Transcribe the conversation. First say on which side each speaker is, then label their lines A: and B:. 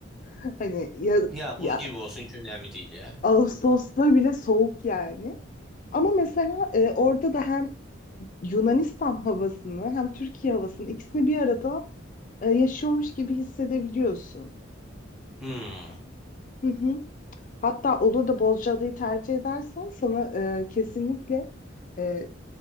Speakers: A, on the left; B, in the centre.
A: <laughs> Hani ya,
B: Ya
A: ya
B: buz gibi olsun hiç önemli değil ya.
A: Ağustos'ta bile soğuk yani. Ama mesela e, orada da hem Yunanistan havasını hem Türkiye havasını ikisini bir arada e, yaşıyormuş gibi hissedebiliyorsun.
B: Hmm.
A: Hı hı. Hatta olur da Bozcaada'yı tercih edersen sana e, kesinlikle e,